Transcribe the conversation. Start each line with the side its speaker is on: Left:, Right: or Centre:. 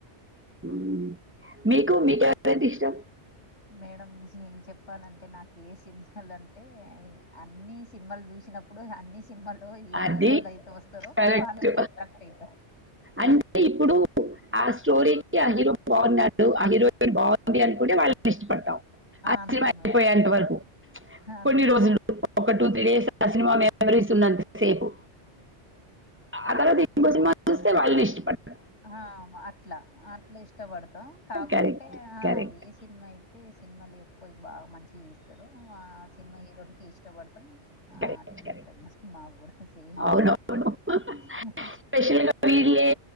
Right: మ్మ్.
Left: అమ్మో
Right: మీకు మీకు ఎవరంటె ఇష్టం
Left: మేడం నేను చెప్పాలంటే నాకి ఏ సింహాలన్ అంటే అన్ని సినిమాలు చూసినప్పుడు అన్ని సింమాల్లోయి ఏ
Right: అది
Left: హీరోలైతే వస్తరో
Right: కరెక్ట్
Left: వాళ్ళకే అట్రాక్ట్ అయితా
Right: అంటే ఇప్పుడు ఆ స్టోరీకి ఆ హీరో బాగున్నాడు ఆ హీరోయిన్ బాగుంది అనుకుంటే వాళ్ళని ఇష్టపడతాం. ఆ
Left: అంతే
Right: సినిమా అయిపోయేంత
Left: మేడం
Right: వరకు
Left: అంతే
Right: కొన్ని రోజులు
Left: మేడం
Right: ఒక టూ త్రీ డేస్ ఆ సినిమా మెమోరీస్ ఉన్నంత సేపు ఆ తర్వాత ఇంకో సినిమా వస్తే వాళ్ళనే ఇష్టపడ
Left: ఆ అట్ల అట్లా ఇష్టపడతాం కాకుంటే
Right: కరెక్ట్
Left: ఆ
Right: కరెక్ట్
Left: ఏ సినిమా అయి తే సినిమాలు ఎక్కువ బాగ మంచిది తీస్తారు ఆ సినిమా హీరోలకి ఇష్టపడతాం
Right: కరెక్ట్
Left: అట్లుంటది
Right: కరెక్ట్
Left: మేడం మాక్కూడా సేమ్
Right: అవును
Left: మేడం
Right: అవును
Left: హుహు
Right: స్పెషల్ గా వీళ్ళే